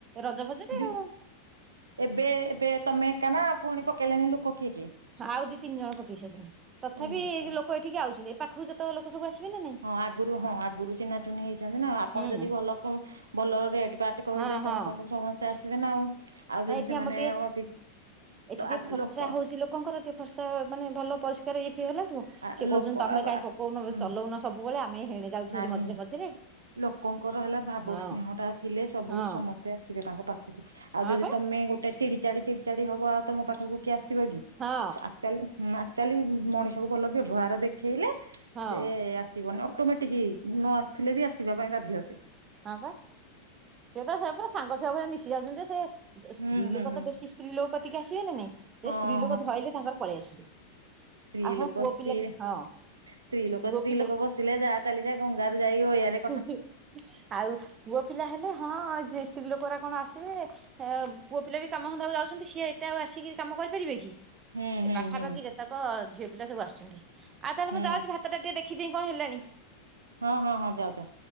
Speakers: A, on the right; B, on the right.
A: ରଜ ଫଜରେ
B: ଦି
A: ଆଉ
B: ଏବେ ଏବେ ତମେ ଏକା ନା ପୁଣି ପକେଇଲେଣି ଲୁକ କିଏ କିଏ?
A: ଆଉ ଦି ତିନି ଜଣ ପକେଇ ସାଇଲେଣି। ତଥାପି
B: ଏଇସା
A: ଏ ଯଉ ଲୋକ ଏଠିକି ଆଉସନ୍ତି। ଏ ପାଖରୁ ଯେତେକ ଲୋକ ସବୁ ଆସିବେ। ନା ନାଇଁ
B: ହଁ, ଆଗରୁ ହଁ, ଆଗରୁ ଚିହ୍ନା ଚୁହ୍ନି ହେଇଛନ୍ତି ନା, ଆପଣ
A: ହୁଁ
B: ଯଦି ଭଲ କ ଭଲ ରେଟ୍ ବାଟ କହିବେ।
A: ହଁ ହଁ
B: ତମ ପାଖକୁ ସମସ୍ତେ ଆସିବେ ନା ଆଉ। ଆଉ,
A: ନାଇଁ
B: ଯଦି
A: ଏଠି
B: ସେମାନେ
A: ଆମର ଟିକେ
B: ଅଧିକ
A: ଏଠି
B: ତ
A: ଟିକେ
B: ଆ
A: ଫର୍ଚା
B: ଲୋକ
A: ହଉଛି, ଲୋକଙ୍କର ଟିକେ ଫର୍ଚା ମାନେ ଭଲ ପରିଷ୍କ ତାର ଇଏଫିଏ ହେଲାଠୁ
B: ଆ
A: ସେ କହୁଛନ୍ତି,
B: ଲୋକ
A: ତମେ
B: ଆଉ
A: କାହିଁ
B: ଆ
A: ପକଉନ
B: ହୁଁ
A: ଚଲଉନ ସବୁବେଳେ, ଆମେ ହେଣେ ଯାଉଛୁ
B: ନାହିଁ
A: ହାରି ମଝିରେ ମଝିରେ।
B: ଲୋକଙ୍କର ହେଲା ଭାବ
A: ହଁ
B: ସ୍ନେହ ଟା ଥିଲେ, ସବୁ
A: ହଁ
B: ସମସ୍ତେ ଆସିବେ ତାଙ୍କ ପାଖକୁ। ଆଉ,
A: ହଁ
B: ଯଦି
A: ବା
B: ତମେ ଗୋଟେ ଚିଡି ଚାଡି ଚିଡିଚାଡି ହବ। ଆଉ ତମ ପାଖକୁ କି୍ୟାସ ଆସିବକି
A: ହଁ
B: ଆକ୍ଚୁଆଲି ହୁଁ ଆକ୍ଚୁଆଲି ମଣିଷକୁ ଭଲ ବ୍ୟବହାର ଦେଖ୍ ଖେଳିଲେ,
A: ହଁ
B: ସେ ଆସିବନି ଅଟୋମେଟିକ୍ ନ ଆସୁଥିଲେ ବି ଆସିବା ପାଇଁ ବାଧ୍ୟ ସେ।
A: ହଁ, ବା ସିଏ ତ ସେ ପୁରା ସାଙ୍ଗ ଛୁଆ ଭଳିଆ ମିଶି ଯାଉଛନ୍ତି। ସେ ସ୍ତ୍ରୀ
B: ହୁଁ ହୁଁ
A: ଲୋକ
B: ହୁଁ।
A: ତ ବେଶୀ ସ୍ତ୍ରୀ ଲୋକ କତିକି ଆସିବେ ନା ନାଇଁ! ସେ
B: ହଁ
A: ସ୍ତ୍ରୀ ଲୋକ ଧଇଲେ ତାଙ୍କର ପଳେଇ ଆସିଲେ।
B: ହଁ <inaudible> ସ୍ତ୍ରୀ
A: ଆଉ
B: ଲୋକ
A: ପୁଅ
B: ସ୍ତ୍ରୀ,
A: ପିଲା
B: ହ
A: ହଁ
B: ସ୍ତ୍ରୀ ଲୋକ
A: ପୁଅ
B: ସ୍ତ୍ରୀ
A: ପିଲା
B: ଲୋକ ବସିଲେ, ଯା ଚାଲିଯା ଗଙ୍ଗାରୁ ଯାଇ ଗୟାରେ।
A: ହୁଁ ହୁଁ ଆଉ ପୁଅ ପିଲା ହେଲେ ହଁ। ହଁ, ଯିଏ ସ୍ତ୍ରୀ ଲୋକରା କଣ ଆସିବେ, ପୁଅ ପିଲା ବି କାମ ଧନ୍ଦାକୁ ଯାଉଛନ୍ତି ସିଏ ଏତେ ଆଉ ଆସିକି କାମ କରିପାରିବେ କି?
B: ହୁଁ
A: ସେ
B: ହୁଁ
A: ପାଖାପାଖି
B: ହୁଁ
A: ଯେତେକ ଝିଅ ପିଲା ସବୁ ଆସୁଛନ୍ତି। ଆଉ ତାହେଲେ
B: ହୁଁ
A: ମୁଁ ଯାଉଛି, ଭାତ ଟା ଟିକେ ଦେଖ୍ ଖିଦେଇ କଣ ହେଲାଣି?
B: ହଁ ହଁ ହଁ ଯାଅ ଯା।